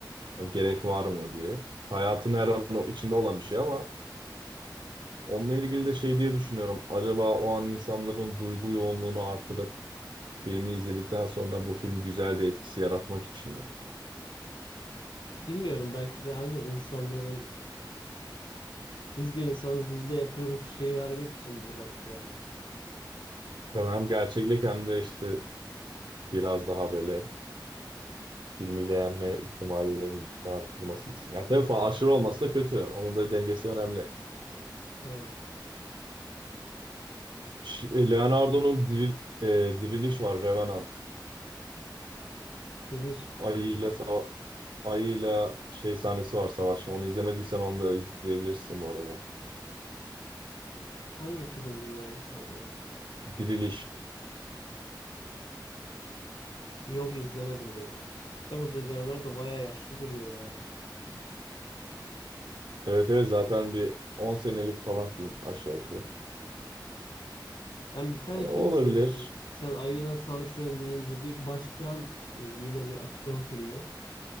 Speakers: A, on the right; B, on the left.
A: Hani gerek var mı diye. Hayatın her an o- içinde olan bir şey ama Onunla ilgili de şey diye düşünüyorum. Acaba o an insanların duygu yoğunluğunu artırıp filmi izledikten sonra bu film güzel bir etkisi yaratmak için mi?
B: Bilmiyorum belki de aynen insanların Biz de insanız, biz de yapıyoruz şeyi vermek içindir belki yani.
A: Tabii Hem gerçeklik hem de işte biraz daha böyle filmi beğenme ihtimallerini artırması için. Ya tabii falan aşırı olması da kötü. Onun da dengesi önemli.
B: Evet.
A: Ş- e, Leonardo'nun diril, e, Diriliş var Revenant.
B: Diliş
A: Ayıyla sava- ayıyla şey sahnesi var savaşma. Onu izlemediysen onu da izleyebilirsin bu arada.
B: hangi film bu ya bir saniye.
A: Diriliş.
B: Yok izlemedim onu. Ya burada Leonardo bayağı yaşlı duruyor ya.
A: Evet evet zaten bir 10 senelik falan film aşağı yukarı.
B: Ben bir tane
A: Hani
B: film
A: o olabilir.
B: izlemiştim. Sen ayıyla savaşıyorsun deyince bir başkan e, yine bir aksiyon filmi.